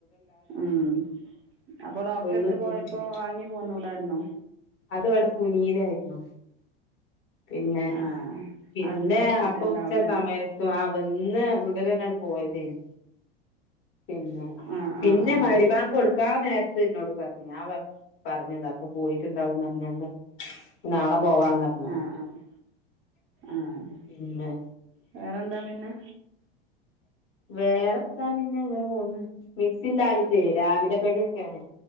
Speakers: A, on the right (about 40°); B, on the left (about 40°).
A: ഉം അപ്പൊ ഡോക്ടറെടുത്ത്
B: ഒഴിവ് കിട്ടിട്ടില്ല
A: പോയപ്പോ വാങ്ങി പോന്നൂടാരുന്നോ
B: അത് ഇവിടെ കുഞ്ഞിനായിരുന്നു പിന്നെ <unintelligible>
A: ആ അടുത്ത ഹോസ്പിറ്റലിലാവും
B: അപ്പൊ ഉച്ച
A: അല്ലേ
B: സമയത്തും ആ ബ ഇന്ന് ഉടനണ് പോയതേനി പിന്നെ
A: ആ
B: പിന്നെ
A: ആ ആ
B: മരിബാങ്കൊട് ക്കാ നേരത്ത് ഇന്നോട് പറഞ് ആ പറഞ്ഞതാ അപ്പൊ പോയിട്ടിണ്ടാവുന്ന് പറഞ്ഞോണ്ട് നാളെ പോവാന്ന് പറഞ്ഞതാ
A: ആഹ് ആഹ് ആഹ്
B: പിന്നെ
A: വേറെന്താ പിന്നെ
B: വേറെന്താ പിന്നെ ഇങ്ങനെ പോണ് മിക്സില്ലായി ട്ടെ രാവിലെ കടിയൊക്കേണ്